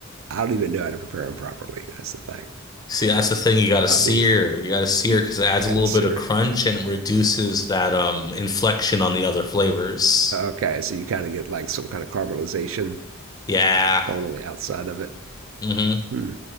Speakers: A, on the right; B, on the left.
A: I don't even know how to prepare them properly. That's the thing.
B: See, that's the thing. You gotta sear.
A: I mean,
B: You gotta sear because it adds
A: I gotta
B: a little
A: sear
B: bit of crunch
A: it.
B: and reduces that um inflection on the other flavors.
A: Okay, so you kind of get like some kind of caramelization
B: Yeah.
A: going on the outside of it.
B: Mm-hmm.
A: Hmm.